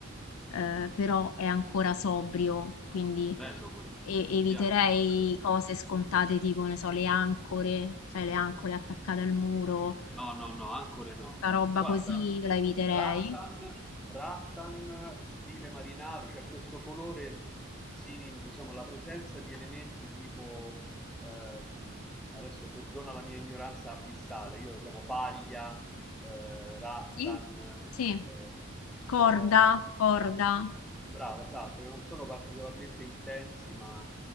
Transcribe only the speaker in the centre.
Bello questo,
mi
piace questa cosa.
No, no, no, ancora no.
Guarda,
rattan, rattan, stile marinaro, cioè questo colore simile, diciamo, la presenza di elementi tipo, ehm, adesso perdona la mia ignoranza abissale, io diciamo paglia, eh, rattan,
eh,
che
sono...
Brava, esatto, che non sono particolarmente intensi, ma